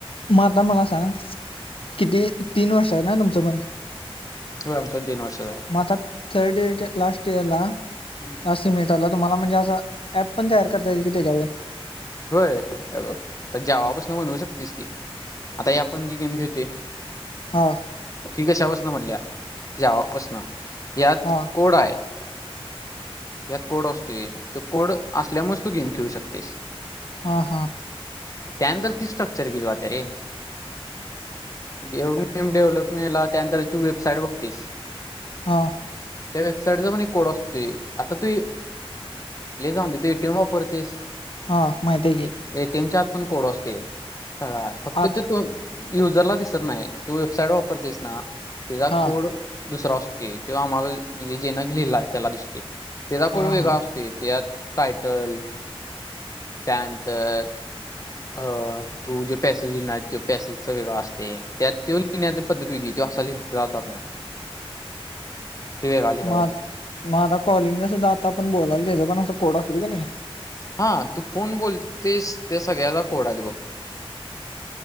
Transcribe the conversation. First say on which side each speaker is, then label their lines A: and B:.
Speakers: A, on the left; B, on the left.
A: मग आता मला सांग किती तीन वर्ष आहे ना तुमचं पण?
B: <inaudible> होय आमचा प तीन वर्षाच आहे.
A: म आता थर्ड इयरचा लास्ट इयरला
B: आहे.
A: लास्ट मि तुम्हाला म्हणजे असं ऍप पण तयार करता येईल की त्याच्यावर.
B: होय हे बघ जावापासन बनवू‌ शकतीस की. आता हे आपण जी गेम खेळते.
A: हा.
B: हि कशापासनं बनल्या? जावापासन यात
A: हा
B: कोड आहे. यात कोड असते तो कोड असल्यामुळेच तू गेम खेळू शकतेस.
A: हा हा.
B: त्यानंतर ती स्ट्रक्चर घिल वाता रे. एवढी ने डेव्हलपमेटला त्यानंतर तू वेबसाईट बघतेस.
A: हा.
B: त्या वेबसाईटचा पण एक कोड असते. आता तू ले जाऊन दे तू एटीएम वापरतेस?
A: हा माहिती आहे की.
B: एटीएम च्या आत पण कोड असते सगळा फक्त
A: आत
B: तिथु युजरला दिसत नाही. तू वेबसाईट वापरतेस ना तेझा
A: हा
B: कोड दुसरा असते तेव आम्हाला म्हणजे जेना लिहिला आहे त्याला दिसते त्याचा कोड
A: हा
B: वेगळा
A: हा
B: अस ते तेझात टायटल त्यानंतर अ तू जे पॅसेज लिहणार तो पॅसेजच वेगळं असते त्यात ते लिहण्याची पद्धत वेगळी, त्यो असा लिहिला जात नाही.
A: <inaudible>
B: ते वेगळा लिहला
A: मग
B: जातोय.
A: आत- मग आता कॉलिंगचा सुद्धा आता आपण बोलाल त्याच्या पण असं कोड असेल का नाही?
B: हा तू फोण बोलतेस ते सगळ्याला कोड आहेत बघ.